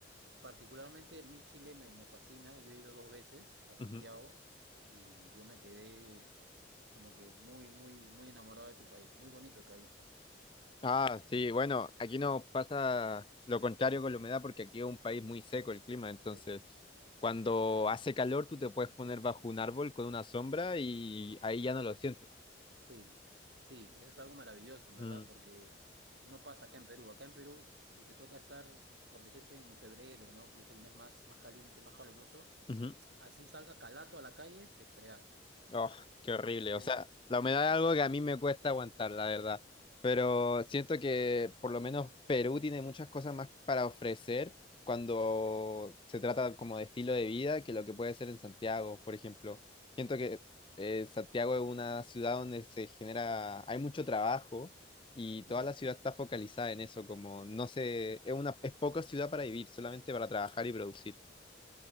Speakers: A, on the right (about 65°); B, on the left (about 25°).
A: Particularmente a mí Chile me, me fascina, yo he ido dos veces a Santiago
B: ujú.
A: y yo me quedé como que muy, muy, muy enamorado de tu país, muy bonito país.
B: Ah, sí, bueno, aquí nos pasa lo contrario con la humedad porque aquí es un país muy seco el clima, entonces
A: Sí.
B: cuando hace calor tú te puedes poner bajo un árbol con una sombra y ahí ya no lo sientes.
A: Sí, sí, eso es algo maravilloso, en verdad,
B: Mm,
A: porque no pasa acá en Perú. Acá en Perú, si te toca estar, por decirte, en febrero, ¿no? Que es el mes más, más caliente, más caluroso,
B: ujú.
A: así salga calato a la calle, te fregaste.
B: Oh, qué horrible.
A: Sí.
B: O sea, la humedad es algo que a mí me cuesta aguantar, la verdad. Pero siento que por lo menos Perú tiene muchas cosas más para ofrecer cuando se trata como de estilo de vida que lo que puede ser en Santiago, por ejemplo. Siento que eh, Santiago es una ciudad donde se genera, hay mucho trabajo y
A: Ujú.
B: toda la ciudad está focalizada en eso, como no sé, es una, es poca ciudad para vivir, solamente para trabajar y producir.